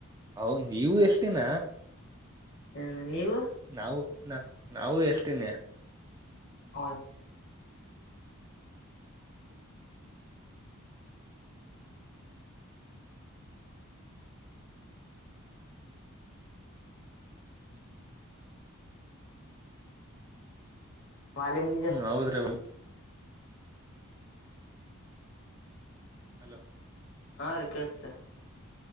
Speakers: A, on the right (about 15°); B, on the left (about 60°).
A: ಹೌನ್ ನೀವು ಎಷ್ಟಿನ
B: ಹಾ ನೀವು
A: ನಾವು ನ ನಾವು ಎಷ್ಟತಿನಿ
B: ಹ ಮಾಲಿಮ ಜ
A: ಹ್ಮ ಹೌದ್ರಿ ಹಲೋ
B: ಹಾ ರೀ ಕೇಳಿಸತ